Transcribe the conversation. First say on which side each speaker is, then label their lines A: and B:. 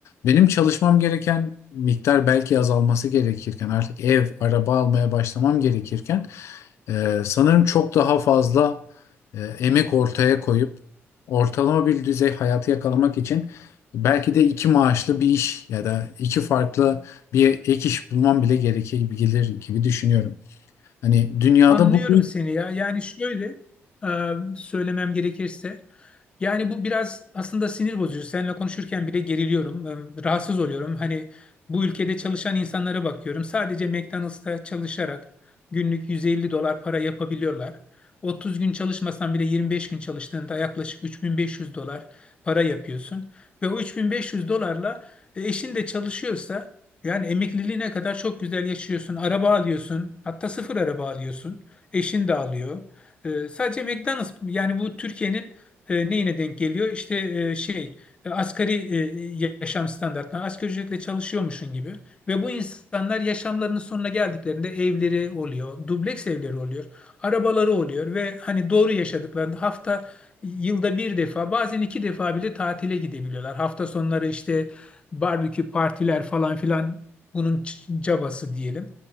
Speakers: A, on the left; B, on the left.
A: benim çalışmam gereken miktar belki azalması gerekirken artık ev, araba almaya başlamam gerekirken ee, sanırım çok daha fazla e, emek ortaya koyup ortalama bir düzey hayatı yakalamak için belki de iki maaşlı bir iş ya da iki farklı bir ek iş bulmam bile gerekebilir gibi gelir gibi düşünüyorum. Hani dünyada
B: Anlıyorum
A: bu
B: seni ya. Yani şöyle e, söylemem gerekirse yani bu biraz aslında sinir bozucu. Seninle konuşurken bile geriliyorum. e, Rahatsız oluyorum. Hani bu ülkede çalışan insanlara bakıyorum. Sadece McDonald's'ta çalışarak günlük 150 dolar para yapabiliyorlar. 30 gün çalışmasan bile 25 gün çalıştığında yaklaşık 3500 dolar para yapıyorsun. Ve o 3500 dolarla e, eşin de çalışıyorsa yani emekliliğine kadar çok güzel yaşıyorsun. Araba alıyorsun. Hatta sıfır araba alıyorsun. Eşin de alıyor. E, sadece McDonald's yani bu Türkiye'nin e, neyine denk geliyor? İşte e, şey e, asgari e, yaşam standartları, asgari ücretle çalışıyormuşsun gibi. Ve bu insanlar yaşamlarının sonuna geldiklerinde evleri oluyor, dubleks evleri oluyor, arabaları oluyor ve hani doğru yaşadıklarında hafta yılda bir defa bazen iki defa bile tatile gidebiliyorlar. Hafta sonları işte barbekü partiler falan filan bunun c- cabası diyelim.